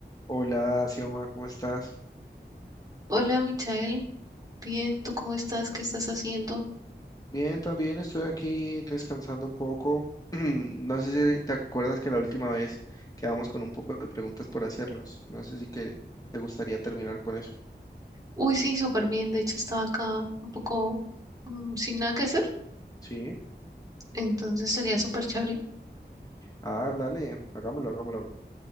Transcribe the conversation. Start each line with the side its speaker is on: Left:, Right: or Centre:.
Left: Hola, Xioma, ¿cómo estás?
Right: Hola, Michael. Bien, ¿tú cómo estás? ¿Qué estás haciendo?
Left: Bien, también estoy aquí descansando un poco. <clears throat> No sé si te acuerdas que la última vez quedamos con un poco de preguntas por hacernos. No sé si que te gustaría terminar con eso.
Right: Uy, sí, súper bien. De hecho, estaba acá un poco mm, sin nada que hacer.
Left: Sí.
Right: Entonces sería súper chévere.
Left: Ah, dale, hagámoslo, hagámoslo.